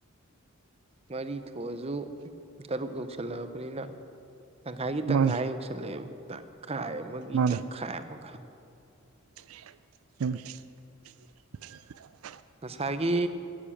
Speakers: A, on the right (about 30°); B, on the right (about 75°).
A: ꯃꯔꯤ ꯊꯣꯛꯑꯖꯨ ꯇꯔꯨꯛ ꯌꯧꯁꯤꯜꯂꯛꯑꯕꯅꯤꯅ ꯇꯪꯈꯥꯏꯒꯤ ꯇꯪꯈꯥꯏ
B: ꯃꯥꯅꯤ
A: ꯌꯧꯁꯜꯂꯛꯑꯦꯕ ꯇꯪꯈꯥꯏ ꯑꯃꯒꯤ
B: ꯃꯥꯅꯤ
A: ꯇꯪꯈꯥꯏ ꯑꯃꯒ
B: <inaudible>
A: ꯉꯁꯥꯏꯒꯤ